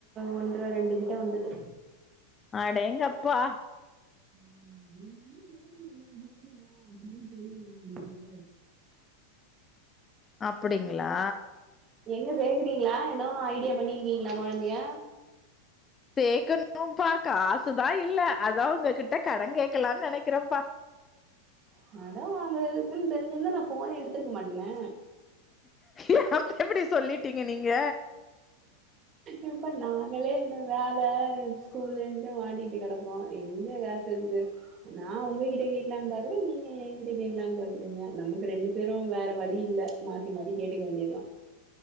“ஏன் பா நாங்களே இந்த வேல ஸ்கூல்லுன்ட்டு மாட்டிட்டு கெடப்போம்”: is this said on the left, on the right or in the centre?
Right